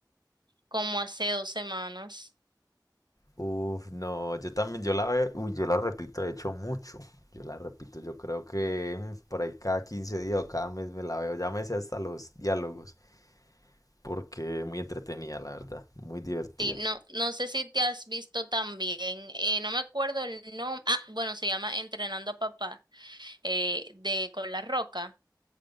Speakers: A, on the right; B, on the left.
A: como hace dos semanas.
B: Uf, no, yo también, yo la, veo, uy, yo la repito, de hecho, mucho. Yo la repito, yo creo que mm, por ahí cada 15 días o cada mes me la veo. Ya me sé hasta los diálogos, porque muy entretenida, la verdad, muy divertida.
A: Sí, no, no sé si te has visto también. Eh, no me acuerdo el nombre. Ah, bueno, se llama Entrenando a Papá. Eh, de con La Roca.